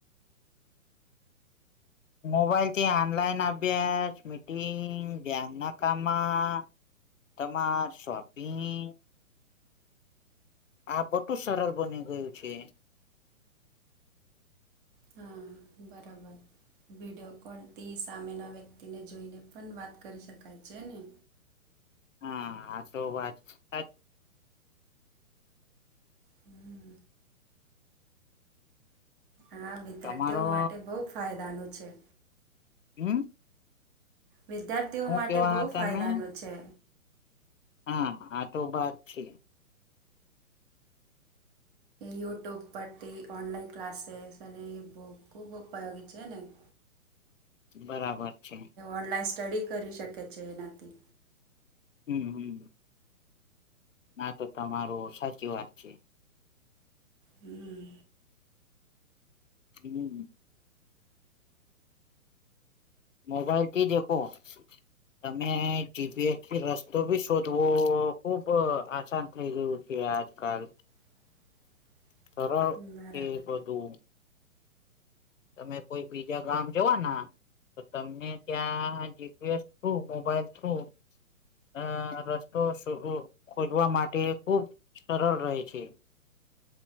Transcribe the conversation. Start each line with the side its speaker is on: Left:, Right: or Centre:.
Left: મોબાઈલ થી આનલાઈન અભ્યાસ મીટિંગ ધ્યાનના કામમાં તમાર શોપિંગ અ બધું સરળ બની ગયું છે.
Right: હમ બરાબર. વિડિયો કોલથી સામેના વ્યક્તિને જોઈને પન વાત કરી શકાય છે ને.
Left: હા આ તો વાત સા
Right: હમ. હા વિદ્યાર્થીઓ
Left: તમારો
Right: માટે બહુ ફાયદાનું છે.
Left: હમમ
Right: વિદ્યાર્થીઓ માટે
Left: કેવાના
Right: બહુ
Left: તમે
Right: ફાયદાનો છે.
Left: હા આ તો બાત છે.
Right: યુટ્યુબ પર થી ઓનલાઇન ક્લાસેસ અને બ ખૂબ ઉપયોગી છેને. <inaudible>
Left: બરાબર છે.
Right: ઓનલાઈન સ્ટડી કરી શકે છે એનાથી,
Left: હમમ હમ ના તો તમારો સાચી વાત છે.
Right: હમમમ
Left: હમમમ મોબાઈલ થી દેખો. તમે જીપીએસ થી રસ્તો બી શોધવો ખુબ આસાન. થઈ ગયું છે, આજકાલ
Right: <inaudible>
Left: સરળ
Right: બરાબર
Left: કે બધું. તમે કોઈ બીજા ગામ જવા ના. તો તમને ત્યાં જીપીએસ થ્રુ મોબાઈલ થ્રુ. અ રસ્તો શો ઓ ખોજવા માટે ખુબ સરળ રહે છે.